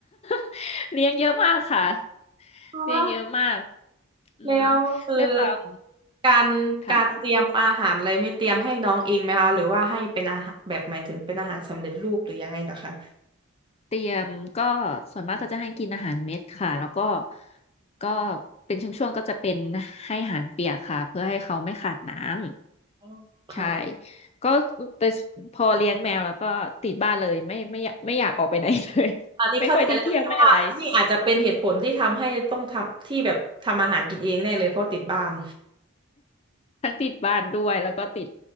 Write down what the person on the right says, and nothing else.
ฮะ
แล้วคือ
การการเตรียมอาหารอะไรไม่เตรียมให้น้องเองไหมคะหรือว่าให้เป็นอาหารแบบหมายถึงเป็นอาหารสำเร็จรูปหรือยังไงเหรอคะ
อ๋อค่ะ
อันนี้เข้าใจแล้วที่ว่านี่อาจจะเป็นเหตุผลที่ทำให้ต้องทำที่แบบทำอาหารกินเองแน่เลยเพราะติดบ้าน